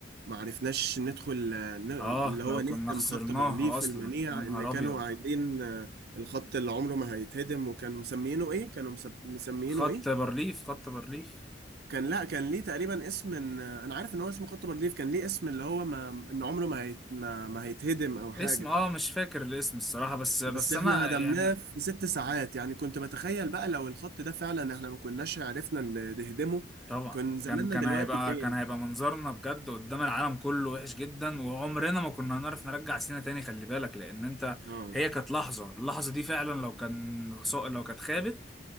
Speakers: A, on the right; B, in the centre.
A: ما عرفناش ندخل آه، ن-
B: اه
A: اللي
B: لو
A: هو نهدم
B: كنا خسرناها
A: خط بارليف
B: اصلا
A: المنيع
B: يا نهار
A: اللي كانوا
B: ابيض
A: قايلين آه، الخط اللي عمره ما هيتهدم وكانوا مسمينه ايه كانوا مسب- مسمينه
B: خط
A: ايه
B: بارليف خط بارليف
A: كان لا كان ليه تقريبا اسم إن انا عارف ان هو اسمه خط بارليف كان ليه اسم اللي هو ما ان عمره ما هيت ما, ما هيتهدم او حاجة
B: اسم اه مش فاكر الاسم الصراحة بس بس
A: بس احنا
B: انا
A: هدمناه
B: يعني
A: في ست ساعات يعني كنت بتخيل بقى لو الخط ده فعلا احنا ما كناش عرفنا ن- نهدمه
B: طبعا
A: كان زماننا
B: كان كان
A: دلوقتي
B: هيبقى
A: فين
B: كان هيبقى منظرنا بجد قدام العالم كله وحش جدا وعمرنا ما كنا هنعرف نرجع سينا تاني خلي بالك لان انت
A: اه
B: هي كانت لحظة اللحظة دي فعلا لو كان خس- لو كانت خابت